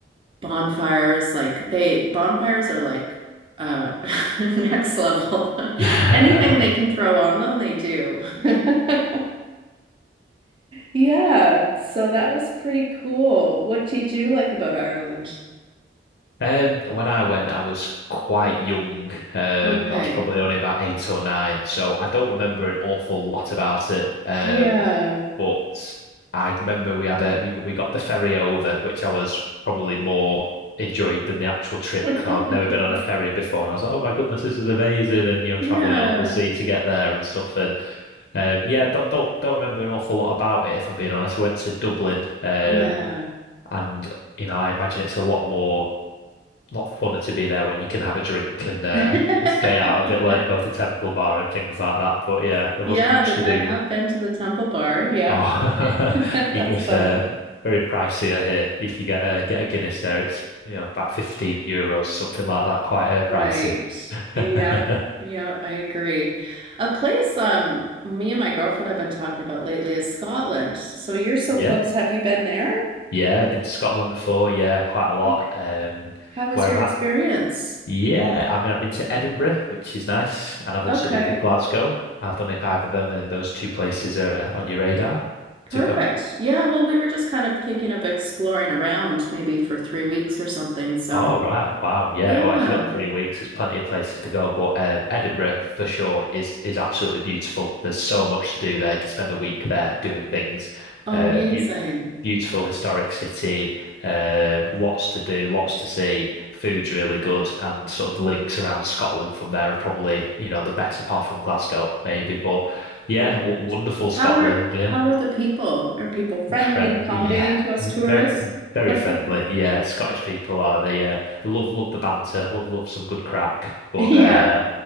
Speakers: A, on the right; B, on the left.
A: bonfires. Like they bonfires are like uh <laughs> next level.
B: wow.
A: <laughs> Anything they
B: <laughs>
A: can throw on them, they do. <laughs> Yeah, so that was pretty cool. What did you like about Ireland?
B: Um, when I went, I was quite young. Um,
A: Okay.
B: I was probably only about eight or nine, so I don't remember an awful lot about it. Um,
A: Yeah.
B: but I remember we had a we we got the ferry over, which I was probably more enjoyed than the actual trip
A: <laughs>
B: because I'd never been on a ferry before, and I was like, oh my goodness, this is amazing, and you know,
A: Yeah.
B: traveling over the sea to get there and stuff. And um, yeah, don't don't don't remember an awful lot about it if I'm being honest. We went to Dublin, um,
A: Yeah.
B: and you know, I imagine it's a lot more not funner to be there when you can have a drink and uh,
A: <laughs>
B: stay out a bit late and go to Temple Bar and things like that. But yeah, there
A: Yeah,
B: wasn't much
A: that
B: to
A: I
B: do.
A: have been to the Temple Bar. Yep.
B: Oh,
A: <laughs>
B: <laughs> you
A: That's
B: get
A: funny.
B: uh, very pricier here. If you get a get a Guinness there, it's you know about 15 euros, something like that. Quite uh, pricey.
A: Right.
B: <laughs>
A: Yeah. Yeah, I agree. A place um me and my girlfriend have been talking about lately is Scotland. So you're so
B: Yeah,
A: close. Have you been there?
B: yeah. I've been to Scotland before. Yeah, quite a lot.
A: Okay.
B: Um,
A: How was
B: whereabouts?
A: your experience?
B: Yeah, I mean, I've been to Edinburgh, which is nice, and I've also
A: Okay.
B: been to Glasgow. I don't know if either of them, of those two places are uh, on your radar
A: Perfect.
B: to go.
A: Yeah, well, we were just kind of thinking of exploring around maybe for three weeks or something. So,
B: Oh, right. Wow. Yeah.
A: yeah,
B: Well, if you got three weeks, there's plenty of places to go. But um, Edinburgh, for sure, is is absolutely beautiful. There's so much to do there. You could spend a week there doing things.
A: amazing.
B: Uh, beau- beautiful historic city, uh, lots to do, lots to see. Food's really good, and sort of the links around Scotland from there are probably, you know, the best apart from Glasgow, maybe. But yeah,
A: Perfect.
B: w wonderful Scotland.
A: How are
B: Yeah,
A: how are the people? Are people friendly
B: friendly.
A: and accommodating
B: Yeah,
A: to us
B: very,
A: tourists?
B: very friendly.
A: <laughs>
B: Yeah, Scottish people are they? Uh, they love love the banter, love love some good crack. But
A: Yeah.
B: uh,